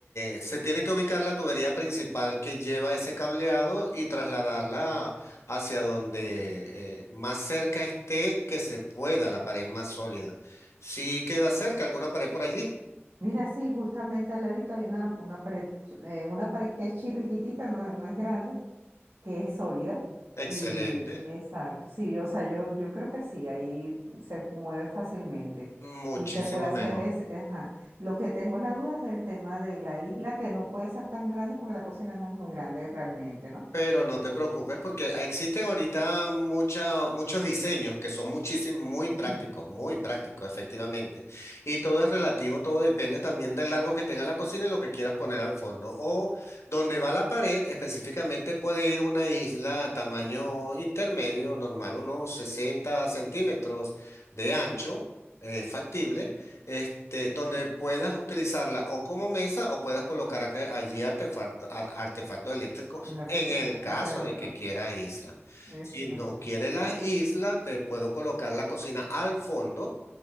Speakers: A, on the left; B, on the right.
A: eh, se tiene que ubicar la tubería principal que lleva ese cableado y trasladarla hacia donde eh, más cerca esté que se pueda, la pared más sólida. Si queda cerca alguna pared por allí,
B: Mira, sí, justamente al ladito hay una, una pared, eh, una pared que es chirriquitica, no, no es grande, que es sólida.
A: excelente,
B: Y exacto, sí, yo, o sea, yo, yo creo que sí, ahí se mueve fácilmente.
A: muchísimo
B: Y se puede hacer
A: mejor.
B: es, ajá. Lo que tengo la duda es el tema de la isla, que no puede ser tan grande porque la cocina no es muy grande realmente, ¿no?
A: Pero no te preocupes porque existen ahorita mucha- muchos diseños que son muchísimo, muy
B: Ujú,
A: prácticos, muy prácticos, efectivamente. Y todo es relativo, todo depende también del largo que tenga la cocina y lo que quieras poner al fondo. O donde va la pared, específicamente puede ir una isla tamaño intermedio, normal, unos 60 centímetros de ancho, eh, factible, este, donde puedas utilizarla o como mesa o puedas colocar acá- allí artefacto- ar- artefactos eléctricos
B: En la,
A: en el
B: en la
A: caso
B: parte de abajo.
A: de que quieras isla.
B: Es,
A: Si no
B: ajá.
A: quieres la isla, te puedo colocar la cocina al fondo,